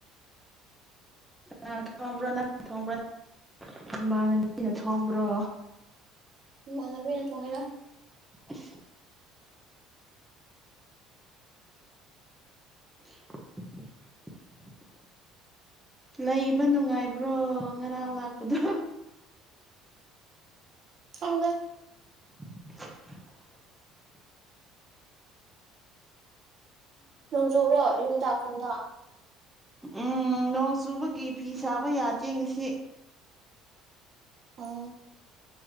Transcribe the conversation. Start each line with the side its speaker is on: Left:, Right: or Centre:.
Centre: ꯅꯪ ꯊꯣꯡꯕ꯭ꯔꯣ ꯅꯪ ꯊꯣꯡꯕ꯭ꯔꯣ ꯅ ꯝꯕꯩꯅ ꯊꯣꯡꯕ꯭ꯔꯣ
Right: ꯃꯅꯕꯤꯅ ꯆꯦꯅ
Centre: ꯑ <unintelligible> ꯂꯩꯕ ꯅꯨꯡꯉꯥꯏꯕ꯭ꯔꯣ ꯉꯔꯥꯡ ꯂꯥꯛꯄꯗꯣ
Right: ꯐꯪꯗ
Centre: <inaudible>
Right: ꯅꯣꯡꯖꯨꯨꯔꯣ ꯌꯨꯝꯗ ꯈꯨꯨꯝꯗ
Centre: ꯎꯝ ꯅꯣꯡ ꯆꯨꯕꯒꯤ ꯐꯤ ꯁꯥꯕ ꯌꯥꯗꯦ ꯉꯁꯤ
Right: ꯑꯣ